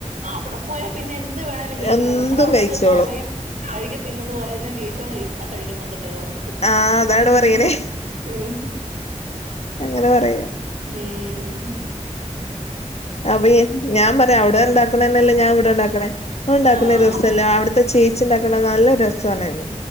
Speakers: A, on the right; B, on the left.
A: ആഹ് അവിടെ പോയാ പിന്നെ എന്ത് വേണേലും കഴിച്ചോളൂ
B: എന്തും
A: നമ്മള അവിടെ
B: കഴിച്ചോളും
A: ചെന്ന് പറയും കഴിക്കത്തില്ലന്ന് പറയുന്ന ടീ യും ഇവിടെ കഴിക്കുന്നുണ്ടല്ലോ
B: ആഹ് അതാണ്
A: ഉം
B: പറയണേ
A: ഉം
B: അങ്ങനെ പറയും
A: ഉം
B: അപ്പയെ ഞാൻ പറയും അവിടെ ഉണ്ടാക്ക്ണേനല്ലേ ഞാ ഇവിടെ ഉണ്ടാക്കണെ മ്മ ഉണ്ടാക്കുന്ന
A: ആഹ്
B: രസല്ലാ അവിടത്തെ ചേച്ചി ച്ചിണ്ടാക്ക്ണെ നല്ലരസാണേന്ന്